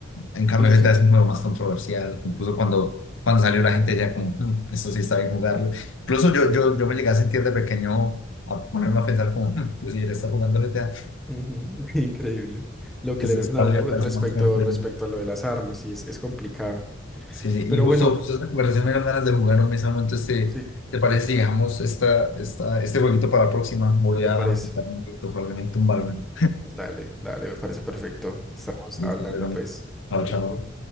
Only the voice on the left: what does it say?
En cambio,
Z es nuevo, más controversial. Incluso cuando, cuando salió la gente ya como, "Mm, esto sí está bien jugarlo. Incluso
yo, yo,
yo me llegué a sentir de pequeño a ponerme a pensar como, "Mm, yo sí, él está jugando GTA,
que
se
está
libertad
es más mejor
Sí, sí.
Y justo,
justo esta conversación me dan ganas de jugar un mismo. Entonces, ¿te,
te parece si dejamos esta, esta, este jueguito para la próxima? Voy
a
jugar un poquito, probablemente un Valorant.
Listo,
perdón.
Chao, chao.